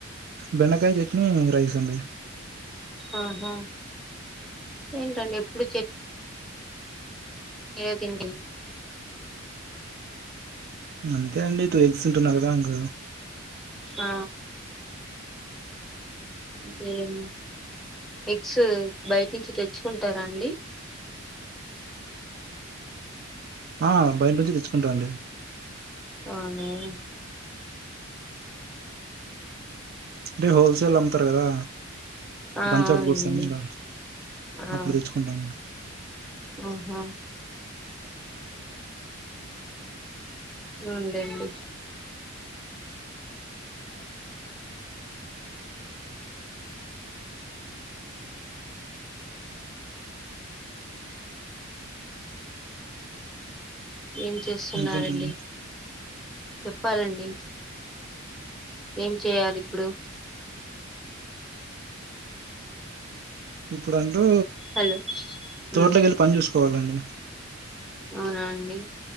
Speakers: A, on the right (about 50°); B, in the centre.
A: బెండకాయ చట్నీ రైస్ అండి
B: ఆహా ఏంటండి ఎప్పుడు చె ఏ తిండి
A: అంతే అండి టూ ఎగస్ంటున్నారు కదా ఇంక
B: ఆ అంతేండి ఎగ్స్ బయట నుంచి తెచ్చుకుంటారా అండి
A: ఆ బయట నుంచి తెచ్చుకుంటా అండి.
B: ఆహా
A: అంటే హోల్సేల్ అమ్ముతారు కదా
B: ఆ
A: బంచ్ ఆఫ్
B: అవునండి
A: గుడ్స్ అని ఇలా
B: ఆ
A: అప్పుడు తెచ్చుకుంటాను
B: ఆహా ఉండండి ఏం చేస్తున్నారండి
A: ఇంకేంటండి
B: చెప్పాలండి. ఏం చేయాలి ఇప్పుడు.
A: ఇప్పుడు అంటూ
B: హలో
A: తోటలోకి
B: ఉమ్
A: వెళ్ళి పని చేసుకోవాలండి.
B: అవునా అండి